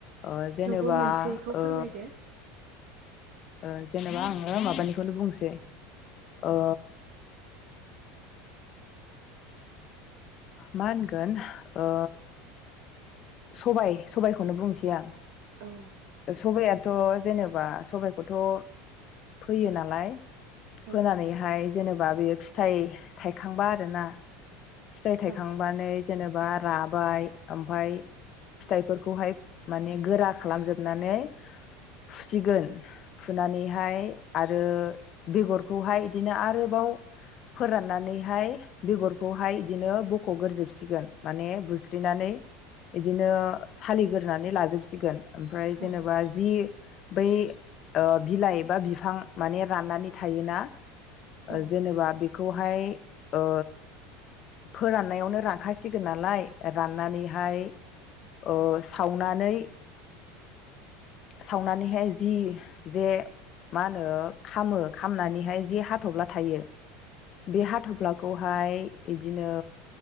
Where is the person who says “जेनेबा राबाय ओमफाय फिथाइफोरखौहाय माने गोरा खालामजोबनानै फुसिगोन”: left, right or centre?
Left